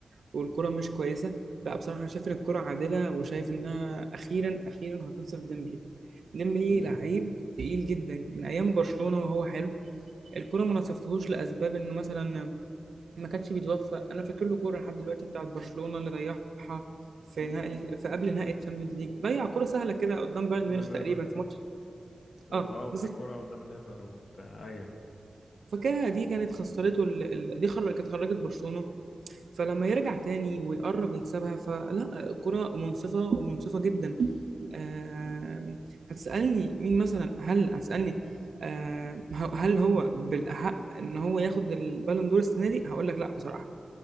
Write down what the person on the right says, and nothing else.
والكرة مش كويسة لا بصراحة أنا شايف إن الكرة عادلة وشايف إنها أخيرا أخيرا هتنصف ديمبلي ديمبلي
لعيب تقيل جدا من أيام برشلونة وهو حلو الكرة ما نصفتهوش لأسباب إنه مثلا ما كانش بيتوفق انا فاكر له كوره لحد دلوقتي بتاعت برشلونه اللي ضيعها في نهائي في قبل نهائي الشامبيونز ليج ضيع كوره سهله كده قدام بايرن
ميونخ تقريبا
في ماتش
اه
بالظبط
فاكرها دي كانت خسرته ال... ال... دي خر... كانت خرجت برشلونه فلما يرجع تاني ويقرب يكسبها فلا كرة منصفه ومنصفه جدا آه... هتسالني مين مثلا هل هتسالني آه... هل هو بالاحق ان هو ياخد البالون دور السنه دي هقول لك لا بصراحه